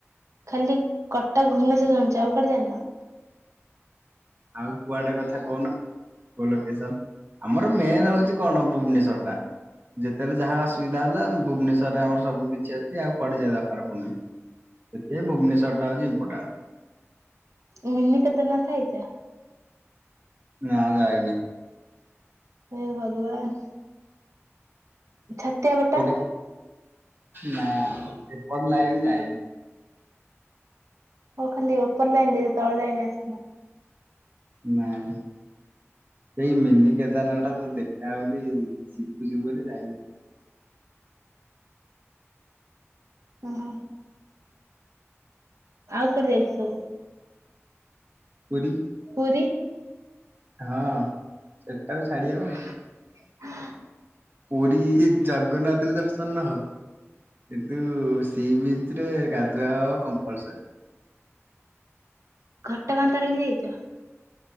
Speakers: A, on the right; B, on the right.
A: ଖାଲି କଟକ ଭୁବନେଶ୍ୱର ଜାଣିଚ ଆଉ କୁଆଡ଼େ ଜାଣିନ?
B: ଆଉ କୁଆଡ଼େ କଥା କହୁନ? କୋଉ ଲୋକେସନ ଆମର ମେନ ହଉଚି କଣ ଭୁବନେଶ୍ୱର ଟା। ଯେତେବେଳେ ଯାହା ଅସୁବିଧା ହେଲା ଭୁବନେଶ୍ୱରରେ ଆମର ସବୁ କିଛି ଅଛି ଆଉ କୁଆଡ଼େ ଯିବା ଦରକାର ପଡୁନି। ସେଥିପାଇଁ ଭୁବନେଶ୍ୱର ଟା ହଉଚି ଇମ୍ପୋଟାଣ୍ଟ।
A: ମିନିକେତନ ଥାଇଚ?
B: ନାଁ ଯାଇନି।
A: ହେ ଭଗବାନ। ଛତିଆ ବଟ୍
B: କୋଉଟା ନା ସେପର୍ ଲାଇନ୍ ଯାଇନି।
A: ହ ଖାଲି ଓପର ଲାଇନ୍ ଯାଇଚ ତଳ ଯାଇନରେ ଆସିନ।
B: ନାଇଁ। ସେଇ ମିନି କେଦାରନାଥ ଟା ତ ଦେଖା ହଉନି ଯିବୁ ଯିବୁ ବୋଲି ଯାଇନୁ।
A: ଓହୋ। ଆଉ କୋଠି ଯାଇଛି।
B: ପୁରୀ।
A: ପୁରୀ।
B: ହଁ ସେଟାକୁ ଛାଡି ହବ।
A: ହୁଁ।
B: ପୁରୀ ଜଗନ୍ନାଥଙ୍କୁ ଦର୍ଶନ। କିନ୍ତୁ ସିବିଚିରେ ଗାଧୁଆ କମ୍ପଲସରି।
A: ଘଟଗାଁ ତାରିଣି ଯାଇଛ।